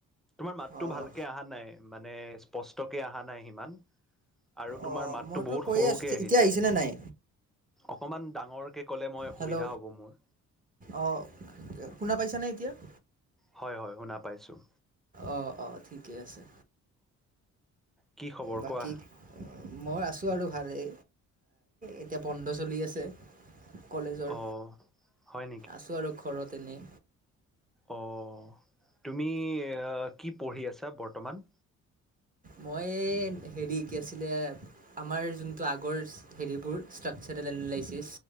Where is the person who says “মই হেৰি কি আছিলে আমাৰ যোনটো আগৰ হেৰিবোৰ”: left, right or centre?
Right